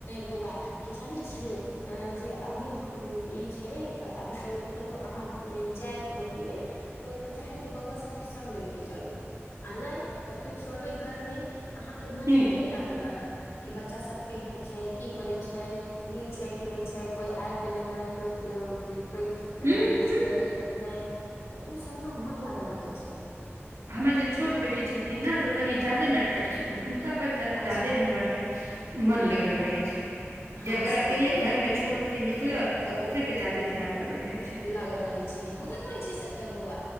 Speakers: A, on the left; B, on the right.
A: बौआ की जानै छियै अ जे अभी ई छै अभी कतहु अहाँ जाय होतियै तऽ चाहे तो बौआ सबके संगमे लेके जाइयौ आ नहि तऽ फेर छोड़बै घर मे तऽ अहाँके मन
B: ह
A: एते लागल रहत कि बच्चा सब केहन छै की करै छै नीक छै कि नहि छै कोइ आबि गेलै नहि कोइ कोइ
B: ह
A: ऐं किछ
B: ह
A: कयले तक नहि तऽ ओ सभना मन लागल रहै छै
B: हमर जे
A: बुझलहुँ
B: छोट बेटी छथिन ने तो तनी ज्यादे नटखट छथिन हुनका पर ज्यादे
A: अच्छा
B: हमरा मन लगल रहे छै
A: हँ
B: जे अगर
A: से
B: अकेले
A: तऽ कहलहुँ
B: घर मे छोड़ के निकलब तऽ ओकरे पे जाादे ध्यान लगल रहे छै
A: लागल रहैत छै होबे करैत छै से बौआ